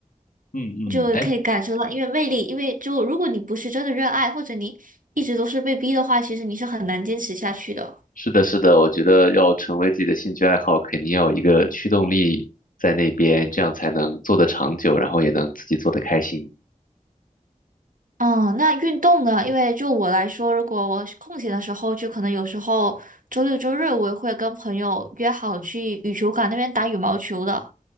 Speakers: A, on the left; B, on the right.
A: 嗯嗯，
B: 就可以感受到，
A: 哎，
B: 因为魅力，因为就如果你不是真的热爱，或者你一直都是被逼的话，其实你是很难坚持下去的。
A: 是的，是的，我觉得要成为自己的兴趣爱好，肯定要有一个驱动力在那边，这样才能做得长久，然后也能自己做得开心。
B: 嗯，那运动呢？因为就我来说，如果我空闲的时候，就可能有时候周六周日我也会跟朋友约好去羽球馆那边打羽毛球的。